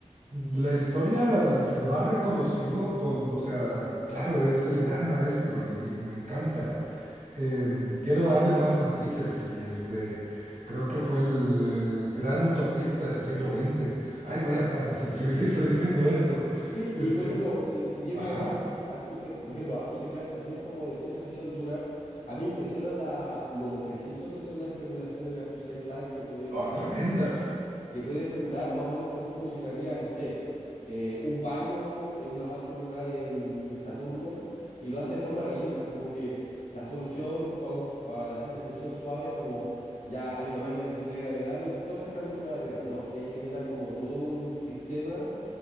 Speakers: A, on the right; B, on the left.
A: La historia se lo ha reconocido con, o sea, claro, es el gran maestro y y me encanta em, quiero darle más matices y este, creo que fue el eh, gran utopista del siglo XX. Ay, güey, hasta me sensibilizo <laughs> diciendo esto.
B: Sí,
A: Este,
B: y por ejemplo, si seguimos
A: ajá,
B: Arthur, Arthur C- por ejemplo, Arthur C. Clarke también es como de ciencia ficción dura. A mí me impresiona la, lo preciso que son las especulaciones de Arthur C. Clarke que puede,
A: oh,
B: que
A: tremendas,
B: puede, que puede especular más o menos cómo funcionaría, no sé, eh, un baño en una base lunar en, en Saturno y lo hace de forma realista, como que la solución para la ciencia ficción suave es como ya hay una máquina que genera gravedad y es todo exactamente igual a la Tierra. No, él genera como todo un sistema